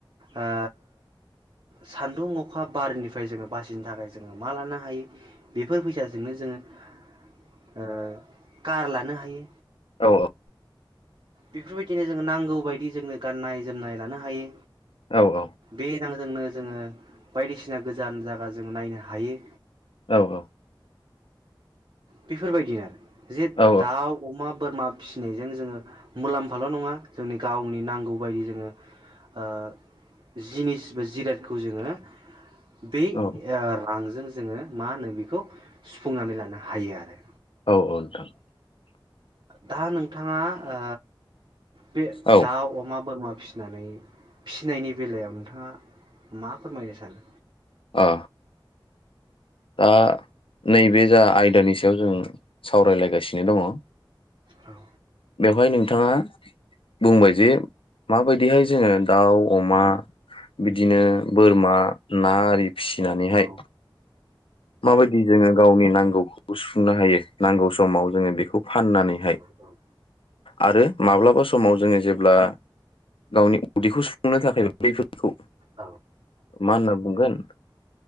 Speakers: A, on the right; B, on the left.
A: ओ सान्दुं अखा बारनिफ्राय जोङो बासिनो थाखाय जोङो मा लानो हायो? बेफोर फैसाजोंनो जोङो ओ कार लानो हायो।
B: औ औ।
A: बेफोरबायदिनो जोंङो नांगौ बायदि जोंनो गाननाय जोमनाय लानो हायो।
B: औ औ
A: बे रां जोंनो जोङो बायदिसिना गोजान जायगा जों नायनो हायो।
B: औ औ।
A: बेफोरबायदिनो आरो। जे
B: औ
A: दाउ अमा बोरमाब फिनायजों जोङो मुलाम्फाल नङा जोंनि गावनि नांगौबायदि जोंङो ओ जिनिस बो जिरादखौ जोंङो बे
B: औ
A: ओ रांज जों जोंङो मा होनो बेखौ सुफुंनानै लानो ह हायो आरो।
B: अ अ नोथां।
A: दा नों थांङा ओ बे
B: औ
A: दाउ अमा बोर मा फिनानै फिनायनि बेलायाव नोंथाङा मा फोरमायनो सानो?
B: ओ। दा नैबे जा आयदानि सायाव जों सावरायलायगासिनो दङ।
A: औ।
B: बेवहाय नोंथाङा बुंबाय जे माबायदिहाय जोंङो दाउ अमा बिदिनो बोरमा ना फिसिनानैहाय
A: औ औ
B: माबायदि जोंङो गावनि नांगौ खौ सुफुंनो हायो नांगौ समाव जोंङो बेखौ फाननानैहाय
A: औ औ
B: आरो माब्लाबा समाव जोंङो जेब्ला गावनि उदैखौ सुफुंनो थाखाय बैफोर
A: औ
B: मा होना बुंगोन